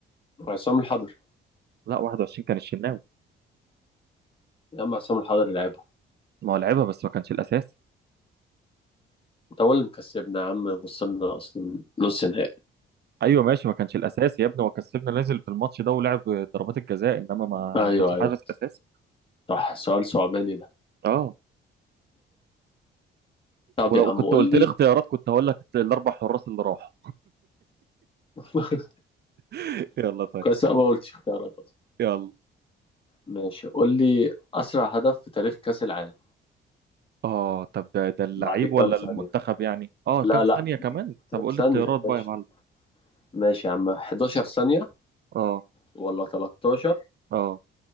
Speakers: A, on the left; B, on the right.
A: عصام الحضري
B: لا 21 كان الشناوي
A: يا عم عصام الحضري لعبها
B: ما هو لعبها بس ما كانش الأساسي
A: أنت هو اللي مكسبنا يا عم وصلنا أصلا نص نهائي
B: أيوه ماشي ما كانش الأساسي يا ابني هو كسبنا نازل في الماتش ده ولعب ضربات الجزاء إنما ما
A: أيوه
B: ما كانش
A: أيوه
B: حارس أساسي
A: صح سؤال صعباني ده
B: اه
A: طب
B: ولو
A: يا عم
B: كنت
A: قول
B: قلت
A: لي
B: لي اختيارات كنت هقول لك الأربع حراس اللي راحوا
A: <laughs>
B: <laughs> يلا طيب.
A: كويس أنا ما قلتش اختيارات أصلا
B: يلا
A: ماشي قول لي أسرع هدف في تاريخ كأس العالم
B: اه طب ده ده اللعيب
A: بعد كام
B: ولا
A: ثانية
B: المنتخب يعني اه
A: لا
B: كام ثانية
A: لا
B: كمان
A: كام
B: طب قول
A: ثانية
B: لي اختيارات
A: يا
B: بقى
A: باشا
B: يا معلم
A: ماشي يا عم 11 ثانية
B: اه
A: ولا 13
B: اه